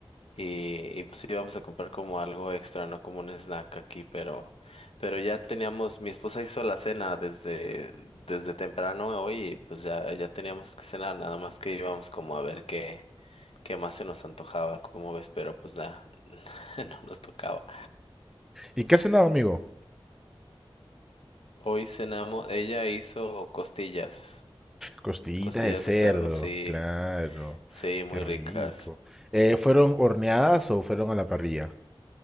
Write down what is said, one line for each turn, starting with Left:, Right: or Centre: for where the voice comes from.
Left: Y, y pues íbamos a comprar como algo extra, ¿no? Como un snack aquí, pero, pero ya teníamos, mi esposa hizo la cena desde, desde temprano hoy y pues ya, ya teníamos que cenar, nada más que íbamos como a ver qué, qué más se nos antojaba, como ves, pero pues nada, <laughs> no nos tocaba.
Centre: ¿Y qué has cenado, amigo?
Left: Hoy cenamos, ella hizo costillas,
Centre: Costillitas
Left: costillas
Centre: de cerdo,
Left: de cerdo, sí,
Centre: claro,
Left: sí, muy
Centre: qué rico.
Left: ricas.
Centre: Eh, ¿fueron horneadas o fueron a la parrilla?